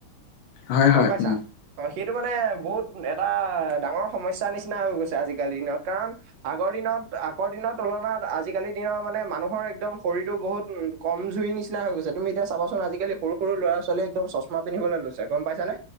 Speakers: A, on the left (about 70°); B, on the right (about 70°).
A: হয়
B: গম
A: হয়
B: পাইছা।
A: উম
B: অ সেইটো মানে বহুত এটা ডাঙৰ সমস্যাৰ নিচিনা হৈ গৈছে আজিকালি দিনত কাৰণ। আগৰ দিনত আগৰ দিনৰ তুলনাত আজিকালি দিনৰ মানে। মানে মানুহৰ একদম শৰীৰটোৰ বহুত কম যোৰি নিচিনা হৈ গৈছে তুমি এতিয়া চাবাচোন আজিকালি। সৰু - সৰু ল'ৰা - ছোৱালীয়ে একদম চশমা পিন্ধিবলৈ লৈছে গম পাইছানে?